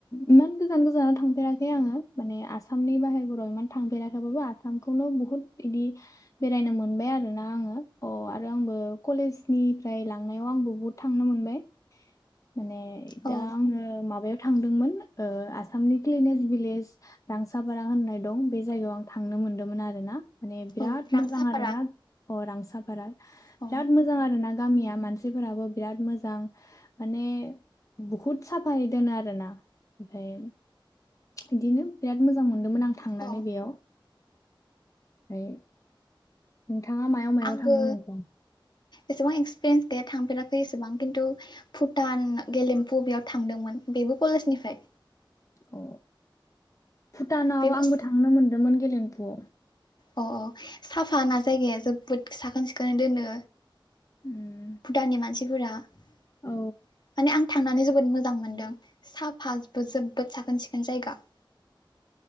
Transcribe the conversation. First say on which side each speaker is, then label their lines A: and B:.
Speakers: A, on the left (about 40°); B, on the left (about 55°).
A: इमान गोजान गोजानाव थांफेराखै आङो माने आसामनि बाहेरफोराव इमान थांफेराखैबाबो आसामखौनो बुहुत इदि बेरायनो मोनबाय आरो ना आङो अ आरो आंबो कलेजनिफ्राय लांनायाव आंबो बहुद थांनो मोनबाय। माने दा
B: औ
A: आङो माबायाव थांदोंमोन ओ आसामनि क्लिनेट भिलेज रांसाफारा होननाय दं बे जायगायाव आं थांनो मोन्दोंमोन आरोना माने बिराद
B: औ रांसाफारा
A: मोजां आरो ना अ रांसाफारा बिराद
B: औ
A: मोजां आरोना गामिया मानसिफोराबो बिराद मोजां माने बुहुद साफायै दोनो आरोना ओमफाय बिदिनो बिराद मोजां मोन मोन आं थांनानै
B: औ
A: बेयाव फाय उम नोंथाङा मायाव मायाव
B: आंबो
A: थांनो मोनखो?
B: एसेबां एक्सपिरियेन्स गैया थांफेराखै एसेबां खिन्थु भुटान गेलेम्फु बेयाव थांदोंमोन बेबो कलेजनिफ्राय।
A: अ भुटानाव
B: बेबो
A: आंबो थांनो मोन्दोंमोन क गेलेमफुआव
B: अ अ साफा ना जायगाया जोबोद साखोन सिखोनै दोनो।
A: उम,
B: भुटाननि मानसि सिफोरा माने
A: औ
B: आं थांनानै जोबोद मोजां मोनदों साफा जोबोद साखोन सिखोन जायगा ‌।